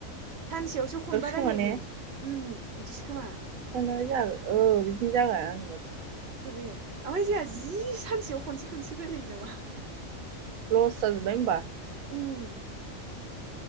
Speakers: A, on the right; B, on the right.
A: सानसेयावसो खनबा
B: खोमा
A: रायलायनो
B: ने
A: उम बिदिसो खोमा।
B: थांनाय जागोन औ बिदिनो जागोन आंनिबा
A: बिदिसो बे ओमफ्राय जोंहा जि सानसेयाव खनसे खनसे रायलायो नामा।
B: लस‌‌ जाजोब्बाय होमबा।
A: उम।